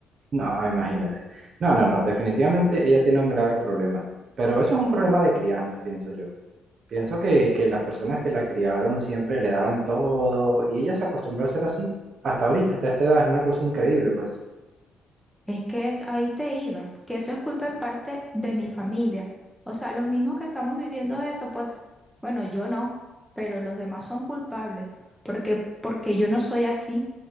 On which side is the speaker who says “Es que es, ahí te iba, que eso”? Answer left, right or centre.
Centre